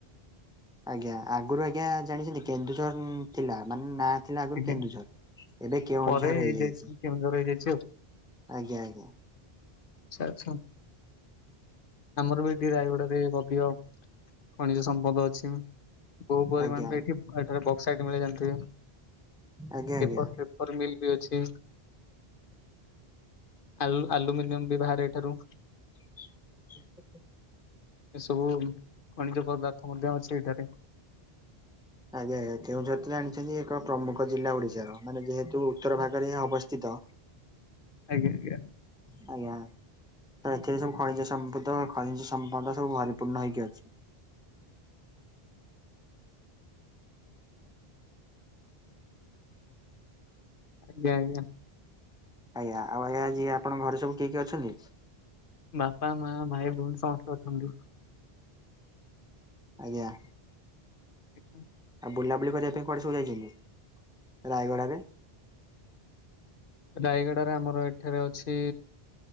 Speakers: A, in the centre; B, on the left (about 60°).
A: ଆଜ୍ଞା ଆଗରୁ ଆଜ୍ଞା ଜାଣିଛନ୍ତି କେନ୍ଦୁଝର ଥିଲା ମାନେ ନା ଥିଲା ଆଗରୁ
B: ଆଜ୍ଞା
A: କେନ୍ଦୁଝର ଏବେ କେଉଁଝର
B: ପରେ
A: ହେଇଯାଇଛି।
B: କେଉଁଝର ହେଇଯାଇଛି ଆଉ
A: ଆଜ୍ଞା ଆଜ୍ଞା।
B: ଆଚ୍ଛା ଆଚ୍ଛା। ଆମର ବି ଏଠି ରାୟଗଡାରେ ଅଧିକ ଖଣିଜ ସମ୍ପଦ ଅଛି। ବହୁ ପରିମାଣରେ
A: ଆଜ୍ଞା
B: ଏଠି ଏଠାରେ ବକ୍ସାଇଟ ମିଳେ ଜାଣିଥିବେ।
A: ଆଜ୍ଞା ଆଜ୍ଞା।
B: ପେପର ପେପର ମିଲ୍ ବି ଅଛି। ଆଲ୍-ଆଲୁମିନିୟମ୍ ବି ବାହାରେ ଏଠାରୁ।
A: <inaudible>
B: ଏସବୁ ଖଣିଜ ପଦାର୍ଥ ମଧ୍ୟ ଅଛି ଏଠାରେ।
A: ଆଜ୍ଞା ଆଜ୍ଞା କେଉଁଝର ତ ଜାଣିଛନ୍ତି ଏକ ପ୍ରମୁଖ ଜିଲ୍ଲା ଓଡିଶାର ମାନେ ଯେହେତୁ ଉତ୍ତର ଭାଗରେ ଏହା ଅବସ୍ଥିତ।
B: ଆଜ୍ଞା ଆଜ୍ଞା।
A: ତ ଏଥିରେ ସବୁ ଖଣିଜ ସମ୍ପଦ ଖଣିଜ ସମ୍ପଦ ସବୁ ଭରିପୂର୍ଣ୍ଣ ହେଇକି ଅଛି।
B: ଆଜ୍ଞା ଆଜ୍ଞା।
A: ଆଜ୍ଞା ଆଉ ଆଜ୍ଞା ଯିଏ ଆପଣଙ୍କ ଘରେ ସବୁ କିଏ କିଏ ଅଛନ୍ତି?
B: ବାପା, ମାଆ, ଭାଇ ଭଉଣୀ ସମସ୍ତେ ଅଛନ୍ତି।
A: ଆଜ୍ଞା।
B: <inaudible>
A: ଆଉ ବୁଲାବୁଲି କରିବା ପାଇଁ କୁଆଡେ ସବୁ ଯାଇଛନ୍ତି ରାୟଗଡ଼ାରେ।
B: ରାୟଗଡାରେ ଆମର ଏଠାରେ ଅଛି।